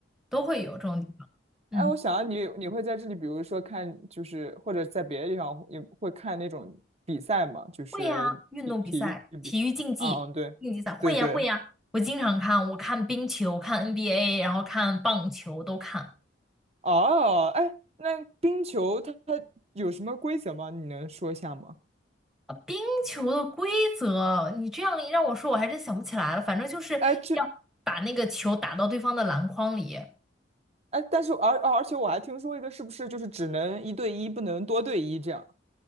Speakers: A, in the centre; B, on the right.
A: 都会有这种地方。嗯，
B: 哎，我想啊你你会在这里，比如说看，就是或者在别的地方也会看那种比赛嘛，就是体体育比赛。
A: 会呀，运动比赛、体育竞技、
B: 啊嗯，对，
A: 竞技赛，会呀，
B: 对对。
A: 会呀，我经常看，我看冰球，看 NBA，然后看棒球都看。
B: 哦，哎，那冰球它它有什么规则吗？你能说一下吗？
A: 冰球的规则，你这样一让我说，我还真想不起来了。反正就是要把那个球打到对方的篮筐里。
B: 哎，就哎，但是而而且我还听说一个，是不是就是只能一对一，不能多对一这样？